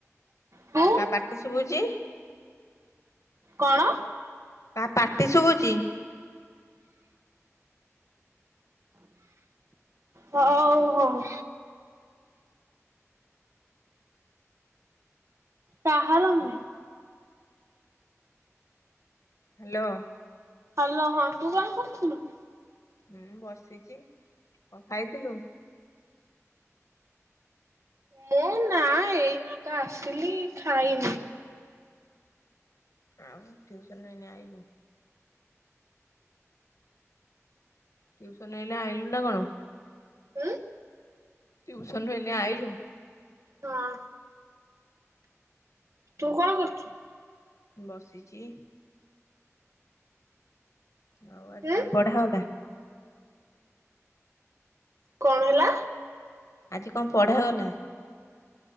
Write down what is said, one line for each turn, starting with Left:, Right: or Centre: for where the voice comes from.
Right: ତୁ
Left: କା ପାଟି ଶୁଭୁଛି?
Right: କଣ?
Left: କାହା ପାଟି ଶୁଭୁଛି?
Right: ହଉ ହଉ। କାହାର
Left: Hello
Right: ନୁହେଁ?
Left: hello.
Right: ହ୍ୟାଲୋ ହଁ ତୁ କଣ କରୁଥୁଲୁ?
Left: ହୁଁ ବସିଛି କଣ ଖାଇଥିଲୁ?
Right: ମୁଁ ନା ଏଇ ନେକା ଆସିଲି ଖାଇନି।
Left: ଆଉ ଟ୍ୟୁସନରୁ ଏଇନେ ଆଇଲୁ? ଟ୍ୟୁସନରୁ ଏଇନେ ଆଇଲୁ ନା କଣ?
Right: ହୁଁ।
Left: ଟ୍ୟୁସନରୁ ଏଇନେ ଆଇଲୁ।
Right: ହଁ। ତୁ କଣ କରୁଛୁ?
Left: ବସିଛି। ହଉ ଆଜି
Right: ଉଁ
Left: କଣ ପଢା ଗଲା।
Right: କଣ ହେଲା?
Left: ଆଜି କଣ ପଢାଗଲା?